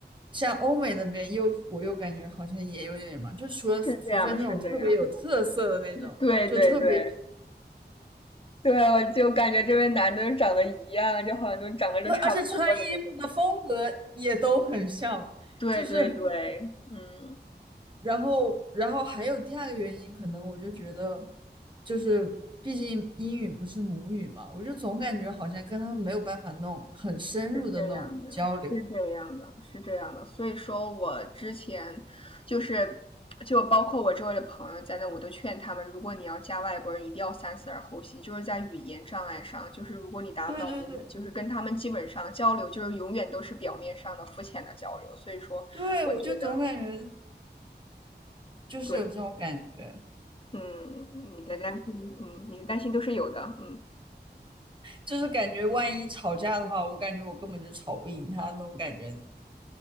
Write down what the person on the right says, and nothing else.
像欧美那边又我又感觉好像也有点忙，就除了除非那种特别有特色的那种，
就特别，
而且穿衣服的风格也都很像，
就是。
然后，然后还有第二个原因，可能我就觉得，就是毕竟英语不是母语嘛，我就总感觉好像跟他们没有办法弄很深入的那种交流。
对对对
对，
我就总感觉就是有这种感觉，
就是感觉万一吵架的话，我感觉我根本就吵不赢他那种感觉。